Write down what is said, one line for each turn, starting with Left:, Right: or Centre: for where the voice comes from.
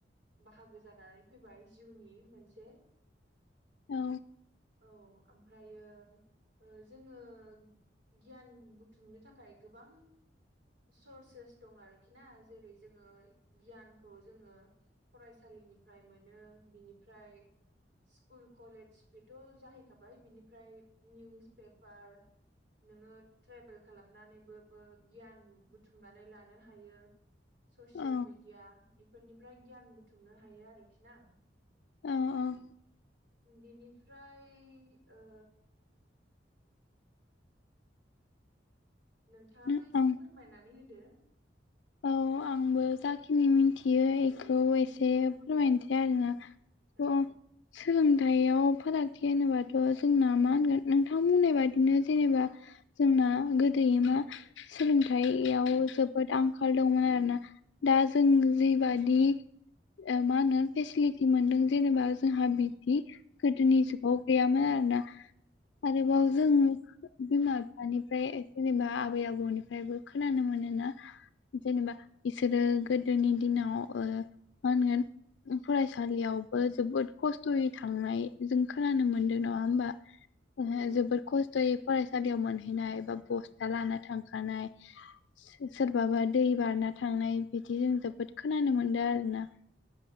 Right: बाहागो जानानै फैबाय जिउनि मोनसे
Left: औ
Right: औ ओमफ्रायो ओ जोङो गियान बुथुमनो थाखाय गोबां सर्सेस दं आरोखि ना जेरै जोङो गियानखौ जोङो फरायसालिनिफ्राय मोनो बिनिफ्राय स्कुल कलेज बेथ' जाहैखाबाय बिनिफ्राय निउस पेपार नोङो ट्रेभेल खालामनानैबोबो गियान बु बुथुमनानै लानो हायो ससियेल
Left: औ
Right: मिडिया बेफोरनिफ्राय गियान बुथुमनो हायो आरोखि ना।
Left: अ अ।
Right: बिनिफ्राय ओ नोंथाङाबो
Left: ओं
Right: एसे फोरमायनानै होदो।
Left: औ आंबो जाखिनि मिथियो एखौ एसे फोरमायनोसै आरोना।
Right: औ
Left: अ। सोलोंथाइयाव फारागथि होनोबाथ' जोंना मा होनगोन नोंथां बुंनाय बादिनो जेनेबा जोंना गोदोयो मा सोलोंथाइयाव जोबोद आं खाल दंमोन आरोना दा जों जिबादि ओ मा होनो फेसिलिटि मोनदों जेनेबा जोंहा बिदि गोदोनि जुगाव गैयामोन आरोना आरोबाव
Right: औ
Left: जों बिमा फिफानिफ्राय जेनेबा आबै आबौनिफ्रायबो खोनानो मोनोना। जेनेबा इसोरो गोदोनि दिनाव ओ मा होनगोन फरायसालियावबो जोबोद खस्थ'यै थांनाय जों खोनानो मोनदों नङा होमबा।
Right: औ
Left: जोबोर खस्थ'यै फरायसालियाव मोनहैनाय बा बस्था लाना थांखानाय सोरब बाबा दै बारना थांनाय बिदि जों जोबोद खोनानो मोनदो आरोना।